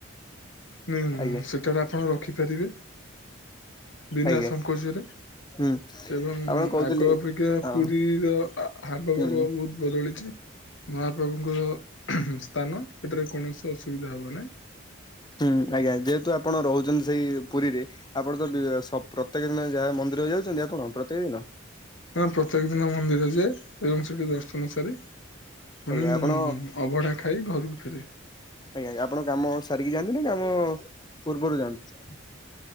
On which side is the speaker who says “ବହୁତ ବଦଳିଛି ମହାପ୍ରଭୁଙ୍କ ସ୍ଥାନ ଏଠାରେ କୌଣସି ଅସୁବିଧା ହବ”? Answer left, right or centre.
Left